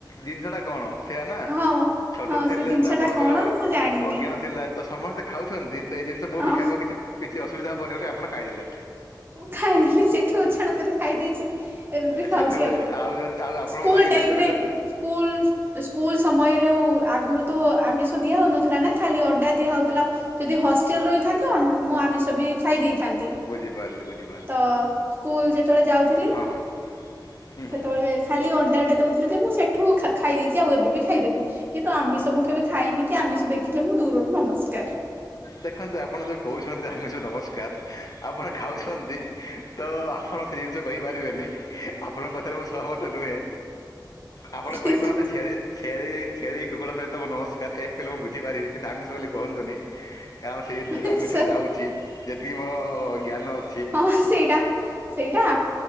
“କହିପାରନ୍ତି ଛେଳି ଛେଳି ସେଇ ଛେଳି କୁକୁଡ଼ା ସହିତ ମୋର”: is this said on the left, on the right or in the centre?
Left